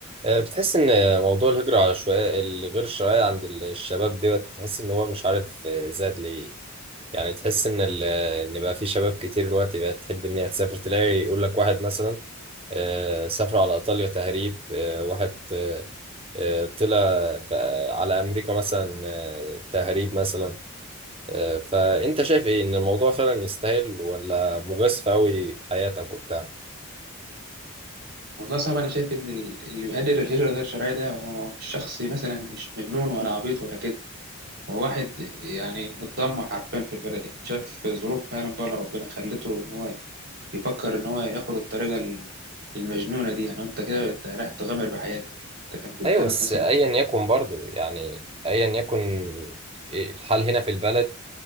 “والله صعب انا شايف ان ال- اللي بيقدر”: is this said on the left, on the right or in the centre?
Right